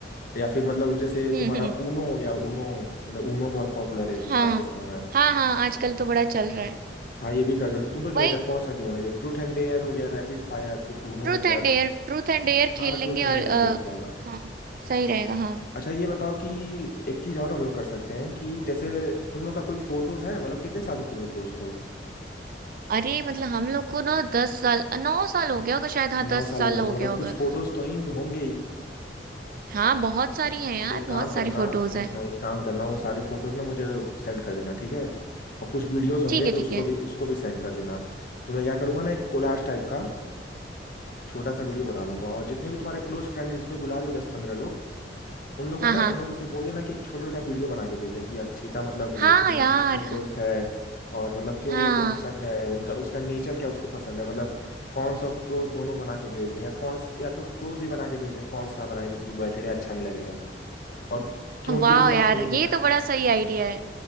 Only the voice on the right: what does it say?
हम्म
हम्म
हाँ
हाँ हाँ आजकल तो बड़ा चल
रहा है
वही
truth
and dare truth and dare खेल
लेंगे
और
आ,
हाँ सही रहेगा हाँ
अरे मतलब हम लोग को ना दस साल नौ साल हो गया होगा शायद हाँ
दस
साल
हो
गया
होगा
हाँ बहुत सारी हैं यार
बहुत
सारी फोटोज
हैं
हम्म,
ठीक है
ठीक है
हाँ
हाँ
हाँ
यार
हाँ
वाह
यार ये
तो बड़ा सही आइडिया है